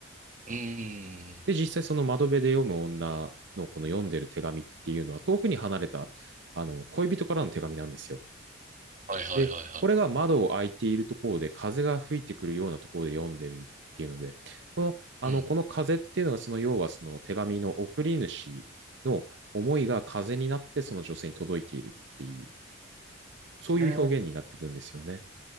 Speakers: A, on the right; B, on the right.
A: ん。うーん。
B: で、実際その窓辺で読む女のこの読んでる手紙っていうのは遠くに離れた、あの、恋人からの手紙なんですよ。
A: はいはいはいは
B: で、これが窓を開いているところで風が吹いてくるようなところで読んでいるっていうので、この、あの、
A: い。うん。
B: この風っていうのがその要はその手紙の送り主の思いが風になってその女性に届いているっていう、そういう表現になってくるんですよね。
A: へ